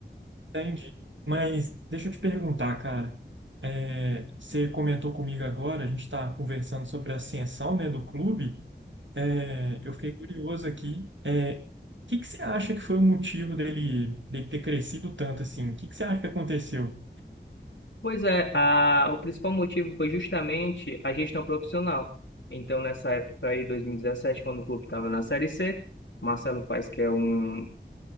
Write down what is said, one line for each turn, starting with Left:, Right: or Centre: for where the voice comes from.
Right: Entendi. Mas deixa eu te perguntar, cara. É, você comentou comigo agora, a gente está conversando sobre a ascensão, né, do clube. É, eu fiquei curioso aqui. É, o que que você acha que foi o motivo dele, dele ter crescido tanto assim? O que que você acha que aconteceu?
Left: Pois é, a, o principal motivo foi justamente a gestão profissional. Então, nessa época aí, 2017, quando o clube estava na Série C, Marcelo Paes, que é um